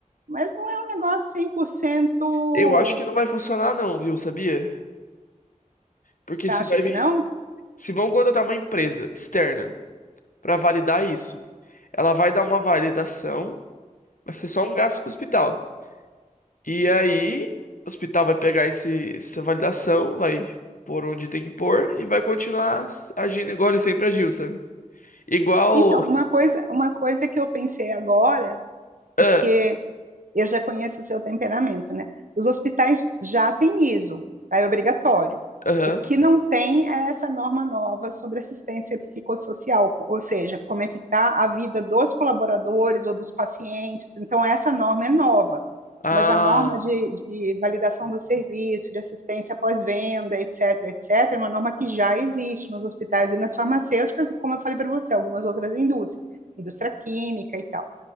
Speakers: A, on the right; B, on the left.
A: Mas não é um negócio 100%.
B: eu acho que não vai funcionar não, viu, sabia? Porque
A: Você
B: se
A: acha
B: vai
A: que
B: vir,
A: não?
B: se vão contratar uma empresa externa pra validar isso, ela vai dar uma validação, vai ser só um gasto pro hospital. E aí, o hospital vai pegar esse, essa validação, vai pôr onde tem que pôr e vai continuar agindo igual ele sempre agiu, sabe? Igual,
A: Então, uma coisa, uma coisa que eu pensei agora,
B: <laughs>
A: porque
B: ah,
A: eu já conheço o seu temperamento, né? Os hospitais já têm ISO, tá? É obrigatório.
B: aham.
A: O que não tem é essa norma nova sobre assistência psicossocial, ou seja, como é que está a vida dos colaboradores ou dos pacientes. Então, essa norma é nova,
B: Ah,
A: mas a norma de, de validação do serviço, de assistência pós-venda, etc., etc., é uma norma que já existe nos hospitais e nas farmacêuticas, e como eu falei para você, algumas outras indústrias, indústria química e tal.